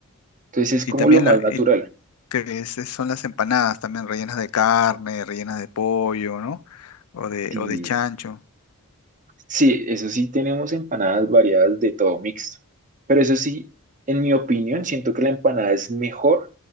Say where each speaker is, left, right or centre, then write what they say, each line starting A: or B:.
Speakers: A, on the right; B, on the left.
A: Entonces es
B: y
A: como
B: también
A: lo más natural.
B: que es- son las empanadas también rellenas de carne, rellenas de pollo, ¿no? O de,
A: Sí,
B: o de chancho.
A: sí, eso sí tenemos empanadas variadas de todo mixto, pero eso sí, en mi opinión, siento que la empanada es mejor